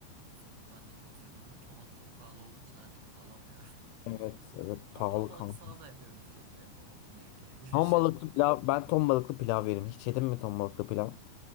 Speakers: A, on the right; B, on the left.
A: E, somonu ben de çok seviyorum ama somon çok pahalı olduğu için artık alamıyorum.
B: Evet, evet
A: <laughs> Ama
B: pahalı
A: ton balıklı
B: kanka.
A: salata yapıyorum sürekli. O belki <laughs> bir
B: Ton
A: şey
B: balıklı
A: olabilir.
B: pilav ben ton balıklı pilav yerim. Hiç yedin mi ton balıklı pilav?